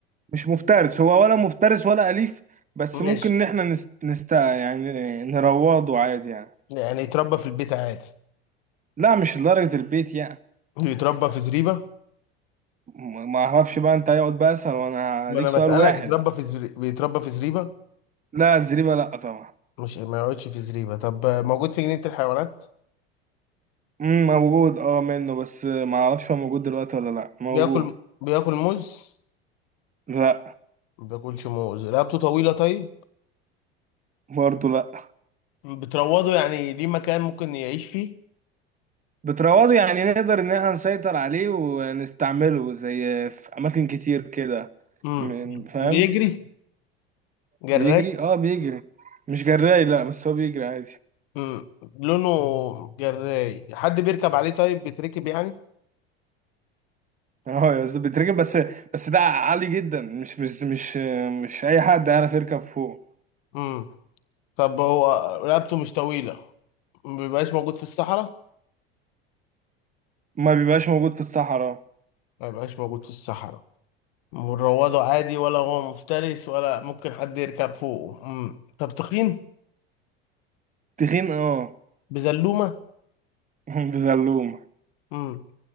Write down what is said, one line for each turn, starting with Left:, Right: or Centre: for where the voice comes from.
Right: مش مفترس هو ولا مفترس ولا أليف بس
Left: ماشي
Right: ممكن إن إحنا نست... نست... يعني نروضه عادي يعني
Left: يعني يتربى في البيت عادي
Right: لا مش لدرجة البيت يعني
Left: يتربى في زريبة
Right: ما ما اعرفش بقى انت هيقعد بقى اسهل وانا
Left: ما
Right: ليك
Left: انا
Right: سؤال
Left: بسألك
Right: واحد
Left: يتربى في زري... بيتربى في زريبة
Right: لا الزريبه لا طبعا
Left: مش ما يقعدش في زريبة طب موجود في جنينة الحيوانات
Right: امم موجود اه منه بس ما اعرفش هو موجود دلوقتي ولا لا موجود
Left: بياكل بياكل موز
Right: لا
Left: ما بياكلش موز رقبته طويلة طيب
Right: برضه لا
Left: بتروضه يعني ليه مكان ممكن يعيش فيه
Right: بتروضه يعني نقدر ان احنا نسيطر عليه ونستعمله زي في اماكن كتير كده
Left: امم
Right: من- فاهم
Left: بيجري جراي
Right: بيجري اه بيجري مش جراي لا بس هو بيجري عادي
Left: امم لونه جراي حد بيركب عليه طيب بيتركب يعني
Right: اه يا أستاذ بيتركب بس بس ده عالي جدا مش مش مش مش اي حد يعرف يركب فوق
Left: امم طب هو رقبته مش طويلة ما بيبقاش موجود في الصحراء
Right: ما بيبقاش موجود في الصحراء
Left: ما بيبقاش موجود في الصحراء مروضه عادي ولا هو مفترس ولا ممكن حد يركب فوقه مم. طب تخين
Right: تخين اه
Left: بزلومة
Right: <laughs> بزلومة
Left: مم.